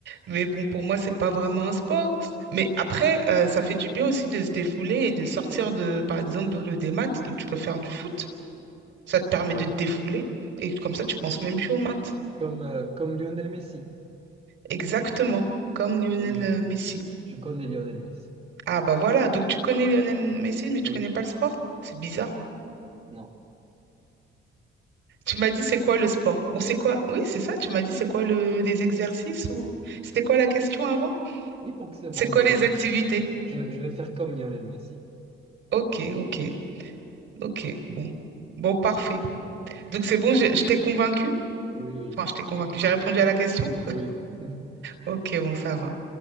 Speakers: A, on the right (about 70°); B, on the right (about 30°).
A: mais bon, pour moi, c'est pas vraiment un sport. Mais après, euh, ça fait du bien aussi de se défouler et de sortir de, par exemple, des maths. Donc, tu peux faire du foot, ça te permet
B: D'accord.
A: de te défouler et comme ça, tu penses même plus aux maths.
B: Comme, euh, comme Lionel Messi.
A: Exactement, comme Lionel
B: Ah Oui, je,
A: euh, Messi.
B: je connais Lionel Messi.
A: Ah bah voilà, donc tu connais Lionel Messi, mais
B: Oui,
A: tu connais pas le sport? C'est bizarre.
B: non.
A: Tu m'as dit c'est quoi le sport? Ou c'est quoi? Oui, c'est ça, tu m'as dit c'est quoi le, les exercices ou c'était quoi la question avant?
B: Oui, donc c'est bon,
A: C'est quoi
B: je
A: les
B: vais,
A: activités?
B: je, vais je vais faire comme Lionel Messi.
A: Ok, ok.
B: Ça marche.
A: Ok, bon. Bon, parfait. Donc c'est bon, je, je t'ai convaincu?
B: Oui,
A: Enfin, je t'ai convaincu.
B: oui.
A: J'ai répondu à la question?
B: Oui. <laughs>
A: Ok, bon, ça va.